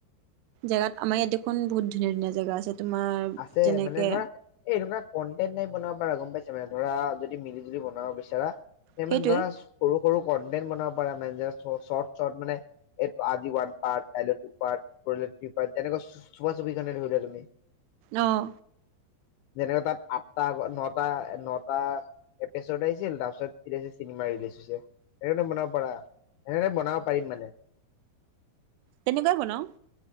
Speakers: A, on the right; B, on the left.
A: আমাৰ ইয়াত দেখোন বহুত ধুনীয়া ধুনীয়া জেগা আছে। তোমাৰ
B: আছে
A: যেনেকে
B: মানে ধৰা এ এনেকুৱা কণ্টেন্ট টাইপ বনাব পাৰা গম পাইছা ধৰা যদি মিলিজুলি বনাব বিচাৰা সেই
A: সেইটোৱে
B: মানে ধৰা সৰু সৰু কনটেন্ট বনাব পাৰা মেনে জে চ চৰ্ট চৰ্ট মানে আজি ওৱান পাৰ্ট কাইলৈ টুপাৰ্ট পৰহিলৈ থ্ৰি পাৰ্ট যেনেকৈ চুপাচুপিখনেই ধৰি লোৱা তুমি
A: অঁ
B: যেনেকৈ তাত আঠটা নটা আঠটা নটা এপিচোদ আহিছিল তাৰপিছত এতিয়া চিনেমা ৰিলিজ হৈছে এনেধৰণে বনাব পাৰা এনেকে বনাব পাৰিম মানে
A: তেনেকুৱাই বনাও